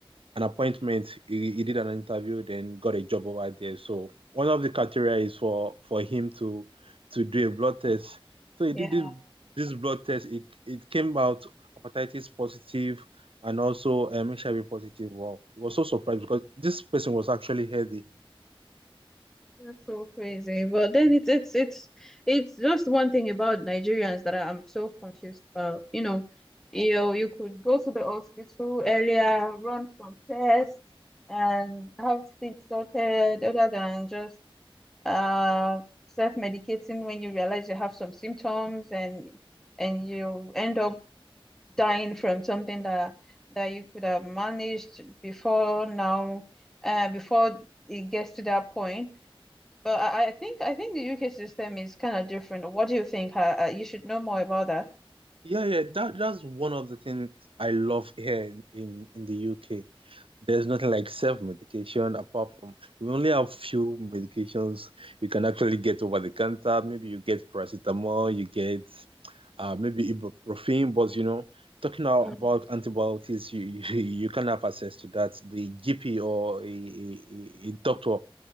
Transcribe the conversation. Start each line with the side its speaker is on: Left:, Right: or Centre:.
Right: an appointment. He, he did an interview, then got a job over there. So one of the criteria is for for him to to do a blood test. So he
Centre: Yeah,
Right: did the, this blood test. It it came out hepatitis positive and also um, HIV positive. Wow, it was so surprised because this person was actually healthy.
Centre: that's so crazy. But then it's it's it's it's just one thing about Nigerians that I'm so confused about. You know, you know, you could go to the hospital earlier, run some tests, and have things sorted other than just uh, self-medicating when you realize you have some symptoms and and you end up dying from something that that you could have managed before now, uh, before it gets to that point. But I, I think I think the UK system is kind of different. What do you think? Uh, uh, you should know more about that.
Right: Yeah, yeah, that that's one of the things I love here in in, in the UK. There's nothing like self-medication apart from we only have few medications you can actually get over the counter. Maybe you get paracetamol, you get uh, maybe ibuprofen, but you know, talking a-
Centre: Mm.
Right: about antibiotics, you, you <laughs> you can have access to that. The GP or a, a, a a doctor